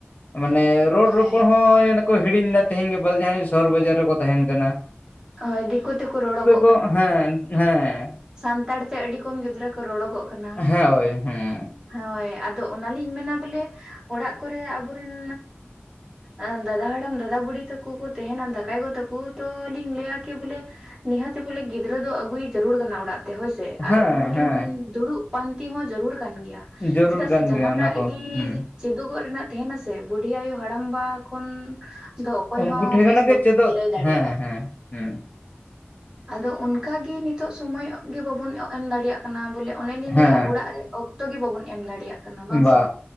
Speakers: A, on the left (about 40°); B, on the right (about 15°).
A: ᱢᱟᱱᱮ ᱨᱚᱲ
B: ᱦᱳᱭ
A: ᱨᱚᱯᱚᱲ ᱦᱚᱸᱻ ᱮᱱ ᱫᱚᱠᱚ ᱦᱤᱲᱤᱧ ᱫᱟ ᱛᱮᱦᱤᱧ ᱜᱟᱯᱟ ᱡᱟᱦᱟᱸᱭ ᱥᱚᱦᱚᱨ ᱵᱟᱡᱟᱨ ᱨᱮᱠᱚ ᱛᱟᱦᱮᱸᱱ ᱠᱟᱱᱟ᱾ ᱛᱚ
B: ᱦᱳᱭ ᱫᱤᱠᱩ ᱛᱮᱠᱚ ᱨᱚᱲᱚᱜ
A: ᱠᱚᱜ, ᱦᱮᱸ ᱦᱮᱸ,
B: ᱥᱟᱱᱛᱟᱲ ᱛᱮ ᱟᱹᱰᱤ ᱠᱚᱢ ᱜᱤᱫᱽᱨᱟᱹ ᱠᱚ ᱨᱚᱲᱚᱜᱚᱜ ᱠᱟᱱᱟ᱾
A: ᱦᱮᱸ ᱳᱭ ᱦᱮᱸ
B: ᱦᱳᱭ ᱟᱫᱚ ᱚᱱᱟᱞᱤᱧ ᱢᱮᱱᱟ ᱵᱚᱞᱮ ᱚᱲᱟᱜ ᱠᱚᱨᱮ ᱟᱵᱚᱨᱮᱱ ᱟᱸᱻ ᱫᱟᱫᱟ ᱦᱟᱲᱟᱢ, ᱫᱟᱫᱟ ᱵᱩᱦᱤ ᱛᱟᱠᱚ ᱠᱚ ᱛᱟᱦᱮᱸᱱᱟ ᱫᱟᱠᱟᱭ ᱜᱚ ᱛᱟᱠᱚ ᱛᱚ ᱞᱤᱧ ᱞᱟᱹᱭᱟ ᱠᱤ ᱵᱚᱞᱮ ᱱᱤᱦᱟᱹᱛᱤ ᱵᱚᱞᱮ ᱜᱤᱫᱽᱨᱟᱹ ᱫᱚ ᱟᱹᱜᱩᱭ ᱡᱟᱹᱨᱩᱲᱟ <unintelligible> ᱵᱚᱱᱟ ᱚᱲᱟᱜ ᱛᱮ ᱦᱳᱭ ᱥᱮ,
A: ᱦᱮᱸ
B: ᱟᱨ ᱩᱱᱠᱩ ᱴᱷᱮᱱ
A: ᱦᱮᱸ
B: ᱫᱩᱲᱩᱵ ᱯᱟᱱᱛᱮ ᱦᱚᱸ ᱡᱟᱹᱨᱩᱲ ᱠᱟᱱ ᱜᱮᱭᱟ᱾
A: ᱡᱟᱹᱨᱩᱲ
B: ᱪᱤᱫᱟᱜ
A: ᱠᱟᱱ
B: ᱥᱮ ᱡᱟᱦᱟᱸᱱᱟᱜ
A: ᱜᱮᱭᱟ ᱚᱱᱟ ᱠᱚ
B: ᱜᱤ
A: ᱦᱩᱸ
B: ᱪᱮᱫᱚᱜᱚᱜ ᱨᱮᱱᱟᱜ ᱛᱮᱦᱮᱸᱱᱟ ᱥᱮ ᱵᱩᱰᱷᱤ ᱟᱭᱩ, ᱦᱟᱲᱟᱢ ᱵᱟ ᱠᱷᱚᱱᱼᱼ ᱫᱚ ᱚᱠᱚᱭ
A: ᱩᱱᱠᱩ
B: ᱦᱚᱸ
A: ᱴᱷᱮᱱ ᱠᱷᱚᱱᱟᱜ
B: ᱵᱮᱥ
A: ᱜᱮ
B: ᱵᱟᱠᱚ
A: ᱪᱮᱫᱚᱜ
B: ᱞᱟᱹᱭ ᱫᱟᱲᱮᱭᱟᱜ-ᱟ᱾
A: ᱦᱮᱸ ᱦᱮᱸ ᱦᱩᱸ᱾
B: ᱟᱫᱚ ᱚᱱᱠᱟ ᱜᱮ ᱱᱤᱛᱚᱜ ᱥᱳᱢᱳᱭ ᱚᱜ ᱜᱮ ᱵᱟᱵᱩᱱ ᱚ ᱮᱢ ᱫᱟᱲᱮᱭᱟᱜᱼᱼ ᱠᱟᱱᱟ ᱵᱚᱞᱮ, ᱚᱱᱮ ᱞᱤᱧ
A: ᱦᱮᱸ
B: ᱞᱟᱹᱭᱟ ᱚᱲᱟᱜ ᱨᱮ ᱚᱠᱛᱚ ᱜᱮ ᱵᱟᱵᱚᱱ ᱮᱢ ᱫᱟᱲᱮᱭᱟᱜ ᱠᱟᱱᱟ, ᱵᱟᱝ
A: ᱵᱟ
B: ᱥᱮ?